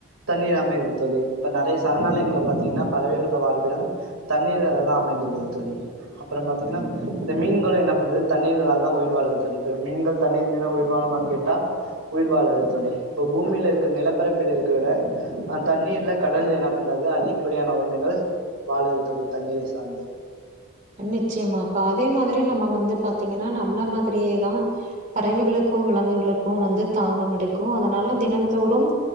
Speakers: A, on the right (about 85°); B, on the right (about 35°).
A: தண்ணீர் அமைது தோழி இப்ப நறைய சரணாலயங்கள பாத்தீங்கனா பறவைகளோட வாழ்விடம் தண்ணீரால தா அமைந்துள்ளது தோழி அப்பறோ பாத்தீங்கனா இந்த மீன்களு என்ன பண்ணுது தண்ணீரால் தா உயிர் வாழுது தோழி இப்போ மீன்கள் தண்ணீர் இல்லைனா உயிர் வாழுமான்னு கேட்டா உயிர் வாழாது தோழி இப்போ பூமில இருக்கற நிலப்பரப்பில் இருக்கற விட அ தண்ணீர்ல கடல்ல என்ன பண்றது அதிகப்படியான உயிரினங்கள் வாழுது தோழி தண்ணீரை சார்ந்தே
B: நிச்சயமாப்பா அதே மாதிரி நம்ம வந்து பாத்தீங்கனா நம்மள மாதிரியே தா பறவைகளுக்கு விலங்குகளுக்கு வந்து தாகமெடு டிக்கு அதனால தினம் தோறும்